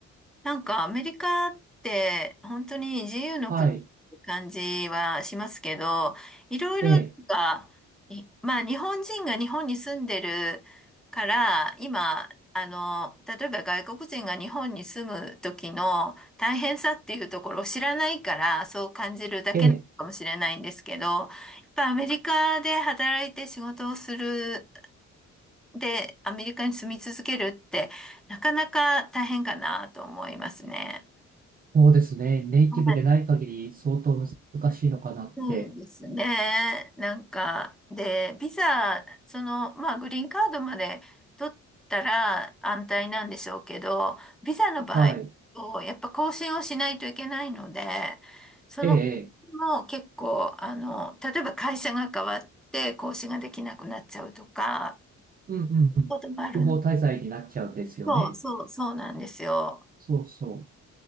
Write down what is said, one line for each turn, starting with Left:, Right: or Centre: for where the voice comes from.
Centre: なんかアメリカって本当に自由の国って感じはしますけど、
Right: はい。
Centre: いろいろなんか、
Right: ええ、
Centre: いまあ日本人が日本に住んでるから、今、あの、例えば外国人が日本に住む時の大変さっていうところを知らないから、そう感じるだけなのかもしれないんですけど、
Right: ええ、
Centre: やっぱアメリカで働いて仕事をする、で、アメリカに住み続けるって、なかなか大変かなと思いますね。
Right: そうですね。ネイティブでない限り相当難しいのかなって。
Centre: はい、そうですね。なんか、で、ビザ、その、まあ、グリーンカードまで取ったら安泰なんでしょうけど、ビザの場合と、
Right: はい。
Centre: やっぱ更新をしないといけないので、その更新も結構、
Right: ええ、ええ
Centre: あの、例えば会社が変わって更新ができなくなっちゃうとか、
Right: うんうんうん。
Centre: こともあるの。
Right: 不法滞在になっちゃうんですよね。
Centre: そうそう、そうなんですよ。
Right: そうそう。